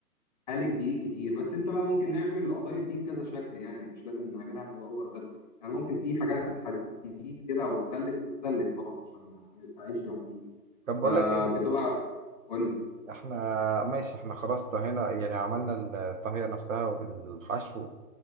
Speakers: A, on the left; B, on the right.
A: هالك دقيق كتير بس انت بقى ممكن نعمل القطايف دي بكذا شكل يعني مش لازم نعملها المدور بس يعني ممكن في حاجات حديد كده او استانلس استانلس طبعا عشان ما يتفاعلش مع الدقيق
B: طب بقول
A: فبتبقى
B: لك ايه
A: قول لي
B: احنا ماشي احنا خلاص طهينا يعني عملنا الطهية نفسها وبالحشو